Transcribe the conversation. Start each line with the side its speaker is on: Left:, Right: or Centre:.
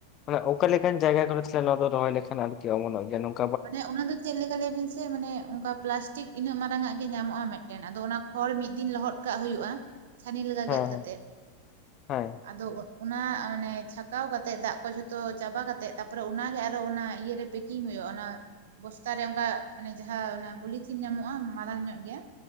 Left: ᱢᱟᱱᱮ ᱚᱠᱟ ᱞᱮᱠᱟᱱ ᱡᱟᱭᱜᱟ ᱠᱚᱨᱮ ᱱᱚᱣᱟ ᱫᱚ ᱨᱚᱦᱚᱭ ᱞᱮᱠᱷᱟᱱ ᱟᱨᱠᱤ ᱚᱢᱚᱱᱚᱜ ᱜᱮᱭᱟ ᱱᱚᱝ ᱾
Right: ᱢᱟᱱᱮ ᱚᱱᱟ ᱫᱚ ᱪᱮᱫ ᱞᱟᱹᱭ ᱞᱮᱭᱟ ᱵᱤᱱ ᱥᱮ ᱢᱟᱱᱮ ᱚᱱᱠᱟ ᱯᱞᱟᱥᱴᱤᱠ ᱤᱱᱟᱹᱜ ᱢᱟᱨᱟᱝ ᱟ ᱜᱮ ᱧᱟᱢᱚᱜ-ᱟ ᱢᱤᱫᱴᱮᱱ ᱟᱫᱚ ᱚᱱᱟ ᱠᱷᱚᱲ ᱢᱤᱫ ᱫᱤᱱ ᱞᱚᱦᱚᱫ ᱠᱟᱜ ᱦᱩᱭᱩᱜ-ᱟ ᱪᱷᱟᱹᱱᱤ ᱞᱮᱠᱟ
Left: ᱦᱮᱸ
Right: ᱜᱮᱫ ᱠᱟᱛᱮ
Left: ᱦᱮᱸ
Right: ᱟᱫᱚ ᱚᱱᱟ ᱟᱱᱮ ᱪᱷᱟᱠᱟᱣ ᱠᱟᱛᱮᱜ ᱫᱟᱜ ᱠᱚ ᱡᱷᱚᱛᱚ ᱪᱟᱵᱟ ᱠᱟᱛᱮᱜ ᱛᱟᱯᱚᱨᱮ ᱚᱱᱟᱜᱮ ᱟᱨᱚ ᱚᱱᱟ ᱤᱭᱟᱹᱨᱮ ᱯᱮᱠᱤᱝ ᱦᱩᱭᱩᱜ-ᱟ᱾ ᱚᱱᱟ ᱵᱚᱥᱛᱟ ᱨᱮ ᱚᱱᱠᱟ ᱢᱟᱱᱮ ᱡᱟᱦᱟᱸ ᱯᱚᱞᱤᱛᱷᱤᱱ ᱧᱟᱢᱚᱜ-ᱟ ᱢᱟᱨᱟᱝ ᱧᱚᱜ ᱜᱮᱭᱟ᱾